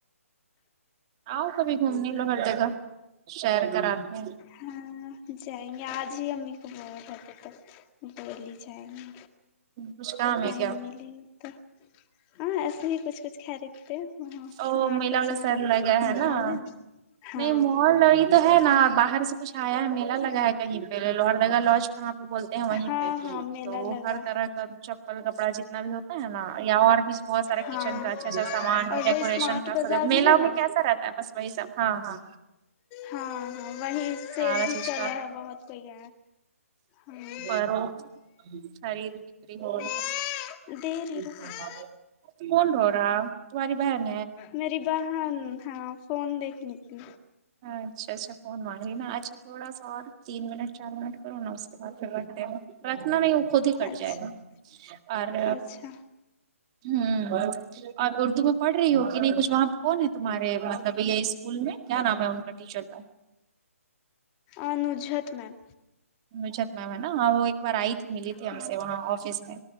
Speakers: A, on the right; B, on the left.
A: آؤ کبھی گھومنے لو ہر جگہ شیر کراتے ہیں
B: ہاں جائیں گے آج ہی امی کو بہت ارجنٹہے دہلی جائیں گے
A: کچھ کام ہے
B: ٹائم
A: کیا
B: ملے تو ہاں ایسے ہی کچھ کچھ خریدتے ہیں وہاں اسمارٹ
A: او میلا
B: بازار
A: والا سر
B: اور
A: لگا
B: مال
A: نا
B: ہے ہاں
A: نہیں مال تو ہے نا باہر سے کچھ آیا ہے میلہ لگا ہے کہیں پہ لوہر جگا لوج جاں پہ بولتے ہیں وہیں
B: ہاں
A: پہ
B: ہاں میلہ
A: تو
B: لگا
A: ہر طرح کا چپل کپڑا جتنا بھی ہوتا ہے نا یا اور بھی بہت سارا
B: ہاں
A: کچن کا اچھا اچھا سامان
B: اور
A: ڈیکوریشن
B: وہ اسمارٹ
A: کا
B: بازار
A: سب
B: بھی
A: میلا
B: ہے نا
A: میں کیسا رہتا بس وہی سب ہاں ہاں
B: ہاں ہاں وہ سیل
A: سارا
B: بھی
A: چیز
B: چلے
A: کا
B: ہے بہت کوئی گ ہاں
A: فروخت <unintelligible>
B: دے رہی رکو
A: کون روراہ تمہاری بہن
B: میری بہن ہاں فون دیکھنے کی
A: اچھا اچھا فون میں آچھا تھوڑا سا اور تین منٹ چار منٹ کرا اس کے بعد پھر بیٹ دینا رکھنا نہیں وہ خود ہی کٹ
B: اچھا
A: جائے گا اور
B: اچھا
A: ہوں اور اردو میں پڑھ رہی ہو کہ نہیں کچھ وہاں پہ کون ہے تمہارے مطلب یہ اسکول میں کیا نام ہے ان کا ٹیچر تھا
B: انجھت میںم
A: مھ میم ہے نا ہاں وہ ایک بار آئی تھی ملی تھی ہم
B: ہاں
A: سے وہاں آفس میں